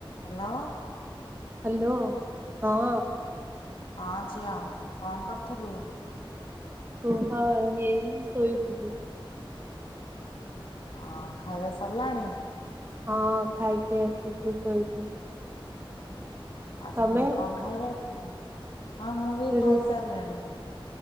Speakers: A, on the left; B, on the right.
A: Hello.
B: Hello ହଁ।
A: ହଁ ଝିଅ କଣ କରୁଥିଲୁ?
B: ଓହଁ ହେଇ ଶୋଇଥିଲି।
A: ହ ଖାଇବା ସରିଲାଣି?
B: ହଁ ଖାଇକି ଆସିକି ଶୋଇଛି।
A: ଆଜି
B: ତମେ?
A: ଘରେ କଣ ଖାଇବେ? <inaudible> ହଁ ମୁଁ ବି ଖାଇସାରିଲିଣି।
B: ରୁ